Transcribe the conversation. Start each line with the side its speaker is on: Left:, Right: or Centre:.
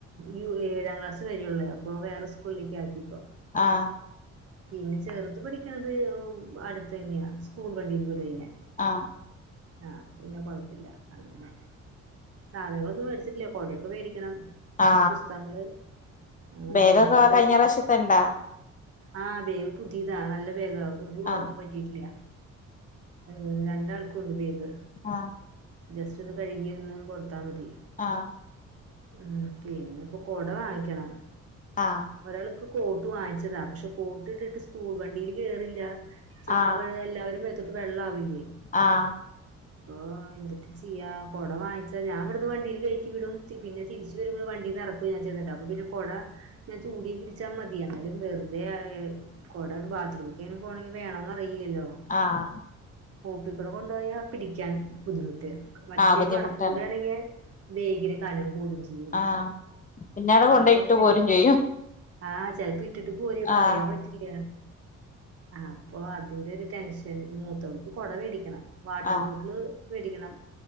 Right: യൂ ഏഴാം ക്ലാസ് വരേള്ള്വേ. അപ്പോ വേറെ സ്കൂളിലേക്ക് ആക്കിപ്പോൾ
Left: ആഹ്
Right: പിന്നെ ചെറ്ത് പഠിക്കണത് ങ്ഹും അടുത്ത് തന്നെയാ സ്കൂൾ വണ്ടിൽ വിടും അയിനെ
Left: ആഹ്
Right: ആഹ് അപ്പ പിന്ന കൊഴപ്പില്ല അങ്ങനെ. സാധനങ്ങളൊന്നും വേടിച്ചിട്ടില്ല കൊടയൊക്കെ വേടിക്കണം.
Left: ആ
Right: പുസ്തകങ്ങള് അങ്ങനെ
Left: ബേഗൊക്കെ
Right: യൂണിഫോം തയ്ക്കാൻ
Left: കഴിഞ്ഞ പ്രാവശ്യത്തെ
Right: കൊടുത്തു
Left: ഇണ്ടാ
Right: ആഹ് ബാഗ് പുതിതാ. നല്ല ബാഗാ ഒരു കൊഴപ്പും
Left: ആ
Right: പറ്റിട്ടില്ല. ഉം രണ്ടാൾക്കും ഉണ്ട് ബാഗ്
Left: ആഹ്
Right: ജസ്റ്റ് ഒന്ന് കഴുകി ഒന്ന് കൊടുത്താ മതി
Left: ആഹ്
Right: ഉം പിന്നെപ്പ കൊട വാങ്ങിക്കണം
Left: ആഹ്
Right: ഒരാൾക്ക് കോട്ട് വാങ്ങിച്ചതാ. പക്ഷേ കോട്ട് ഇട്ടിട്ട് സ്കൂൾ വണ്ടീല് കേറില്ല. ച്ച്
Left: ആ
Right: അവൾ എല്ലാവര്ടേം മേത്തോട്ട് വെള്ളാവില്ലേ?
Left: ആ
Right: ഓ എന്തിട്ട് ചെയ്യാ കൊട വാങ്ങിച്ചാ ഞാൻ ഇവിടുന്ന് വണ്ടിൽ കയറ്റി വിടും പിന്നെ തിരിച്ചു വണ്ടീന്ന് ഇറക്ക ഞാൻ ചെയ്യണണ്ട അപ്പ പിന്നെ കൊട ഞാൻ ചൂടി പിടിച്ചാ മതി എന്നാലും വെറുതെ കുട ബാത്റൂമിലേങ്ങനും പോണെങ്കിൽ വേണോന്നറിയില്ലല്ലോ
Left: ആഹ്
Right: പോപ്പി കുട കൊണ്ടുപോയാ പിടിക്കാൻ ബുദ്ധിമുട്ട് മറ്റേ
Left: ആ ബുദ്ധിമുട്ടാണ്
Right: മടക്ക് കൂടെയാണെങ്കി ബേഗിന് കനം കൂടും ചിയ്യും
Left: ആ പിന്നവിടെ കൊണ്ടോയി
Right: അത്കണ്ട്
Left: ഇട്ട് പോരും ചെയ്യും
Right: ആഹ് ച്ചെലപ്പൊ ഇട്ടിട്ട് പോരുഎ പറയാൻ
Left: ആ
Right: പറ്റി ഇല്ല അപ്പൊ അതിലൊരു ടെൻഷൻ മൂത്തവൾക്ക് കൊട വേടിക്കണം വാട്ടർ
Left: ആ
Right: ബോട്ടില് വേടിക്കണം